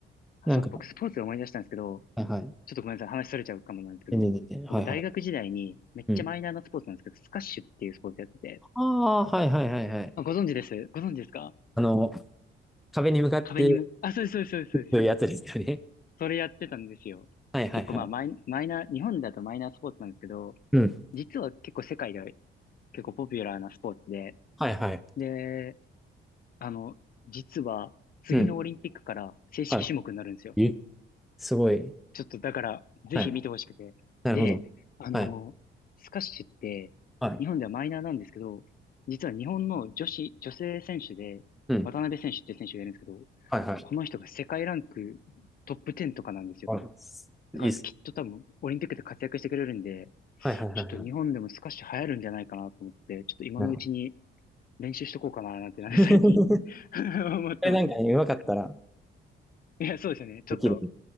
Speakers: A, on the left; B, in the centre.
A: あ、
B: なんか、
A: そうだ、僕スポーツで思い出したんですけど、
B: はいはい。
A: ちょっとごめんなさい、話それちゃうかもなんですけど、
B: 全然全然。はいはい。
A: 僕大学時代にめっちゃマイナーなスポーツなんですけど、
B: うん。
A: スカッシュっていうスポーツやってて、
B: ああ、はいはいはいはい。
A: あ、ご存知です。ご存知ですか
B: あの、壁に向かって
A: 壁にむ、あ、そうです、そうです、
B: 打つやつですよね。
A: そうです。それやってたんですよ。
B: <laughs> はいはいはい。
A: 結構まあマイ、マイナー、日本だとマイナースポーツなんですけど、
B: うん。
A: 実は結構世界では結構ポピュラーなスポーツで、
B: はいはい。
A: で、あの、実は次のオリンピックから正式種目になるんですよ。
B: うん。はい。ゆすごい。
A: ちょっとだから、ぜひ見てほしくて。
B: はい。なるほど。
A: で、あの、
B: はい。
A: スカッシュって、
B: はい。
A: 日本ではマイナーなんですけど、実は日本の女子、女性選手で、
B: うん。
A: 渡辺選手っていう選手がいるんですけど、
B: はいはい。
A: この人が世界ランクトップ10とかなんですよ。
B: わかります。
A: だからきっと多分オリンピックで活躍してくれるんで、
B: いいっす。はいはいはいはい。
A: ちょっと日本でもスカッシュ流行るんじゃないかなと思って、ちょっと今のうちに
B: なるほど。
A: 練習しとこうかななんてなんか最近
B: <laughs>
A: <laughs>
B: こ
A: 思ってます。
B: れなんかね、うまかったら
A: いや、そうですよね。ちょっと、
B: できる